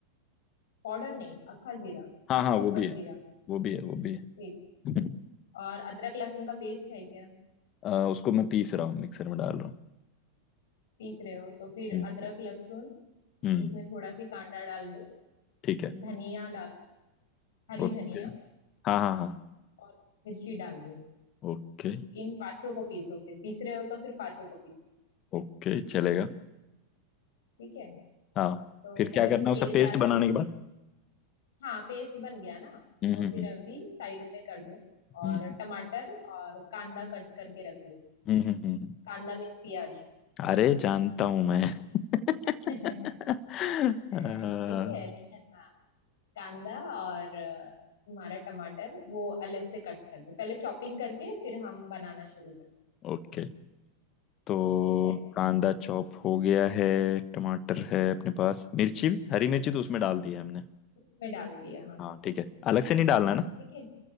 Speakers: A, on the left (about 60°); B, on the left (about 35°).
A: पाउडर नहीं अक्खा जीरा
B: हाँ हाँ
A: प्रॉपर
B: वो भी है
A: जीरा
B: वो भी है वो भी
A: ठीक
B: है <laughs>
A: और अदरक लहसुन का पेस्ट है क्या
B: अ, उसको मैं पीस रहा हूँ मिक्सर में डाल रहा हूँ
A: पीस रहे हो तो फिर
B: हम्म
A: अदरक लहसुन
B: हम्म,
A: उसमें थोड़ा सी कांदा डाल दो
B: ठीक है
A: धनिया डाल दो हरी
B: ओके
A: धनिया
B: हाँ हाँ हाँ
A: और मिर्ची डाल दो
B: ओके
A: इन पांचों को पीसो फिर पीस रहे हो तो फिर पांचों को पीसो
B: ओके चलेगा
A: ठीक है
B: हाँ
A: तो
B: फिर
A: पहले
B: क्या करना
A: तेल
B: है उसका
A: डाल
B: पेस्ट बनाने
A: के
B: के बाद
A: हाँ पेस्ट बन गया ना उसको
B: हम्म
A: फिर
B: हम्म
A: अभी साइड में कर दो और
B: हम्म हम्म
A: टमाटर और कांदा कट करके रख लो
B: हम्म हम्म, हम्म। हम्म।
A: कांदा मीन्स प्याज
B: अरे जानता हूँ मैं <laughs>
A: <laughs> ठीक
B: आ,
A: है हाँ कांदा और अ, तुम्हारा टमाटर वो अलग से कट कर लो पहले चॉपिंग करके फिर हम बनाना शुरू कर
B: ओके तो
A: ठीक है
B: कांदा चॉप हो गया है टमाटर है अपने पास मिर्ची भी हरी मिर्ची तो उसमें डाल दी है हमने
A: उसमें डाल दिया हम
B: हाँ ठीक है अलग से नहीं डालना ना
A: ठीक है